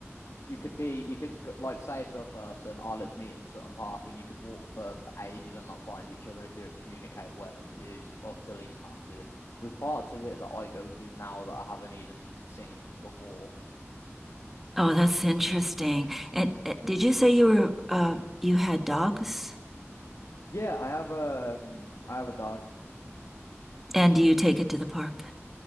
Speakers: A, on the left (about 75°); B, in the centre.
A: you could be, you could go- like say to a person, "Oh, let's meet in Sutton Park," and you could walk for ages and not find each other if you don't communicate where it is utterly massive. There's parts of it that I go to now that I haven't even seen before.
B: Oh, that's interesting. And uh, did you say you were uh, you had dogs?
A: Yeah, I have um I have a dog
B: And do you take it to the park?